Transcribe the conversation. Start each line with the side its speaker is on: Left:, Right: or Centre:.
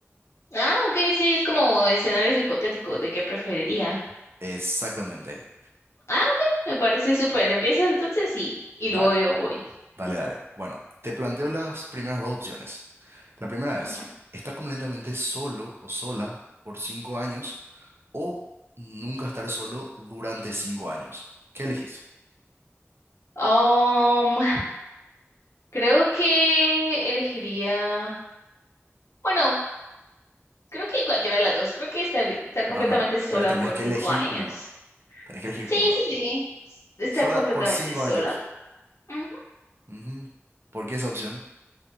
Left: Ah, ok, sí, es como escenarios hipotéticos de qué preferiría.
Right: Exactamente.
Left: Ah, ok, me parece súper. Empieza entonces sí, y
Right: Dale,
Left: luego yo voy.
Right: dale, dale. Bueno, te planteo las primeras dos opciones. La primera
Left: Ujú.
Right: es estar completamente solo o sola por cinco años o nunca estar solo durante cinco años. ¿Qué elegís?
Left: Um, creo que elegiría, bueno, creo que cualquiera de las dos. Creo que estar, estar completamente
Right: No, no, no.
Left: sola
Right: Pero tenés
Left: por
Right: que
Left: cinco
Right: elegir
Left: años.
Right: uno. Tenés que elegir
Left: Sí,
Right: uno.
Left: sí, sí, estar
Right: Solo
Left: completamente
Right: por cinco
Left: sola.
Right: años.
Left: Ujú.
Right: Ujú. ¿Por qué esa opción?